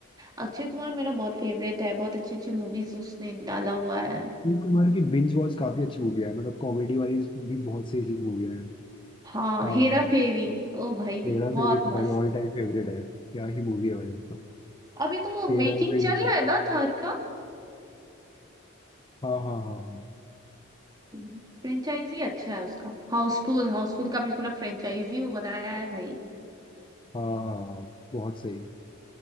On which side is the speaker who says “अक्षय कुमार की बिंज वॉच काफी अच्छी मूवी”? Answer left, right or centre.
Left